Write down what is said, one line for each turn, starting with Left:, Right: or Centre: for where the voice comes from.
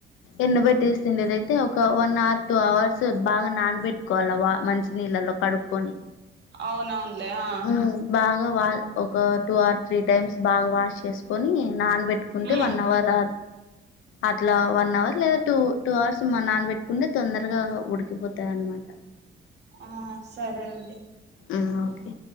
Left: ఎండ బేట్ తీసిండేద అతే ఒక వన్ అవర్ టూ అవర్స్ బాగా నానబెట్టుకోవాలి వా మంచి నీళ్ళలో కడుక్కొని
Right: అవునవునులే ఆ
Left: హ్మ్. బాగా ఒక టూ ఆర్ త్రీ టైమ్స్ బాగా వాష్ చేసుకొని నానబెట్టుకుంటే
Right: ఉమ్
Left: వన్ అవర్ అట్లా వన్ అవర్ లేదా టూ టూ అవర్స్ మా నానబెట్టుకుంటే తొందరగా ఉడికిపోతది అనమాట
Right: ఆ సరే అండి
Left: హ్మ్మ్ ఓకే